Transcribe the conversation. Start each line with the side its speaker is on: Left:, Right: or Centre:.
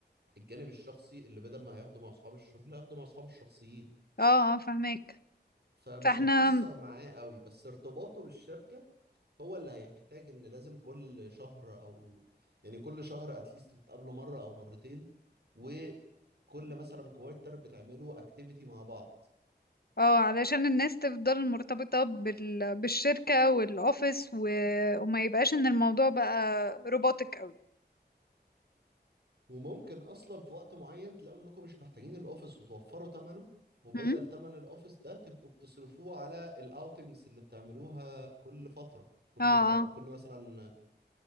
Right: الجانب الشخصي اللي بدل ما هياخده مع اصحاب الشغل هياخده مع اصحابه الشخصيين
Left: اه اه فهمك
Right: فمش
Left: فاحنا
Right: هتأثر معاه قوي بس ارتباطه بالشركة هو اللي هيحتاج ان لازم كل شهر او يعني كل شهر اتليست بتقابله مره او مرتين وكل مثلا كوارتر بتعملوا اكتيفيتي مع بعض
Left: اه علشان الناس تفضل مرتبطة بال... بالشركة والاوفيس و... وما يبقاش ان الموضوع بقى روبوتك
Right: وممكن اصلا في وقت معين تلاقوا انكم مش محتاجين الاوفيس وتوفروا ثمنه وبدل
Left: قوي
Right: ثمن الاوفيس ده تبقوا بتصرفوه على الاوتنجز اللي بتعملوها كل فتره كل
Left: اه
Right: ت-
Left: اه
Right: كل مثلا